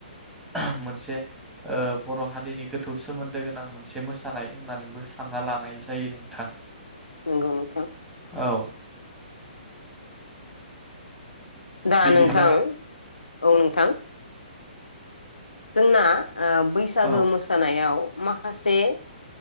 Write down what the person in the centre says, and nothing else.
<unintelligible> मोनसे ओ बर' हारिनि गोथौ सोमोन्दो गोनां मोनसे मोसानाय होननानैबो सानना लानाय जायो नोंथां।
औ
बिदिब्ला
औ